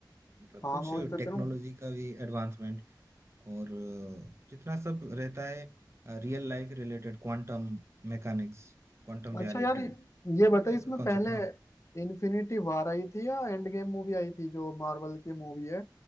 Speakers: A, on the right; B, on the left.
A: मतलब
B: हाँ
A: कुछ
B: मैं वही तो कह
A: टेक्नोलॉजी
B: रहा हूँ
A: का भी एडवांसमेंट और अ, जितना सब रहता है real life related quantum mechanics quantum reality
B: अच्छा यार ये
A: ऐसा
B: बताइए
A: टाइप
B: इसमें
A: का कॉन्सेप्ट
B: पहले
A: है हाँ
B: इन्फिनिटी वार आई थी या एंड गेम मूवी आई थी जो मार्वल की मूवी है